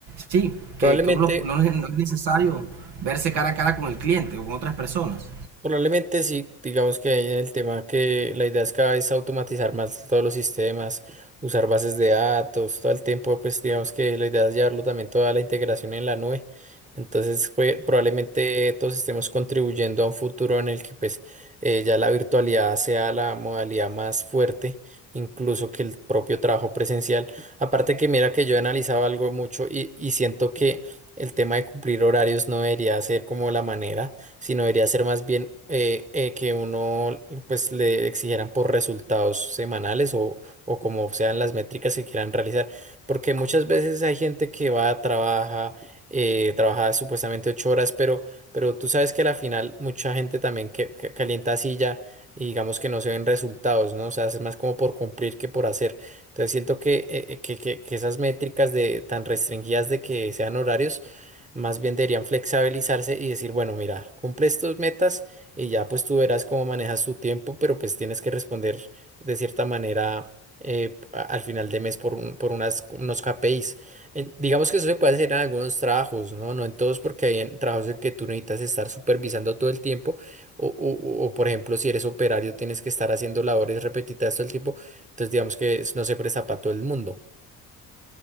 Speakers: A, on the right (about 75°); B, on the right (about 15°).
A: sí,
B: Probablemente
A: que, que uno lo- no es no es necesario verse cara a cara con el cliente o con otras personas.
B: Probablemente sí, digamos que hay en el tema que la idea es cada vez automatizar más todos los sistemas, usar bases de datos, todo el tiempo, pues digamos que la idea es llevarlo también toda la integración en la nube. Entonces, pues, probablemente todos estemos contribuyendo a un futuro en el que pues eh, ya la virtualidad sea la modalidad más fuerte, incluso que el propio trabajo presencial. Aparte que mira que yo he analizado algo mucho y, y siento que el tema de cumplir horarios no debería ser como la manera sino debería ser más bien eh, eh, que uno pues le exigieran por resultados semanales o, o como sean las métricas que quieran realizar, porque muchas veces hay gente que va, trabaja, eh, trabaja supuestamente ocho horas, pero, pero tú sabes que a la final mucha gente también que, que calienta silla y digamos que no se ven resultados, ¿no? O sea, es más como por cumplir que por hacer. Entonces siento que, eh, eh, que, que- que esas métricas de tan restringidas de que sean horarios, más bien deberían flexibilizarse y decir, bueno, mira, cumples tus metas y ya pues tú verás cómo manejas tu tiempo, pero pues tienes que responder de cierta manera eh, a- al final de mes por, un- por unas, unos KPIs. En- digamos que eso se puede hacer en algunos trabajos, ¿no? No en todos porque hay en trabajos en que tú necesitas estar supervisando todo el tiempo o, o, o, por ejemplo si eres operario tienes que estar haciendo labores repetitivas todo el tiempo, entonces digamos que no se presta para todo el mundo.